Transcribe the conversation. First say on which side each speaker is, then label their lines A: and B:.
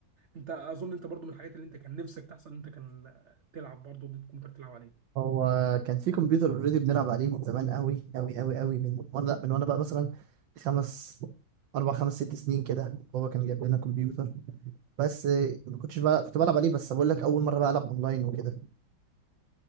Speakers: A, on the right (about 50°); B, on the right (about 70°).
A: انت اظن انت برضو من الحاجات اللي انت كان نفسك تحصل ان انت كان تلعب برضو ضد كمبيوتر تلعب عليه
B: هو كان في كمبيوتر اوريدي بنلعب عليه من زمان قوي قوي قوي قوي من وانا لا، من وانا بقى مثلا خمس اربع خمس ست سنين كده بابا كان جايب لنا كمبيوتر بس ما كنتش بقى كنت بلعب عليه بس بقول لك اول مره بقى العب اونلاين وكده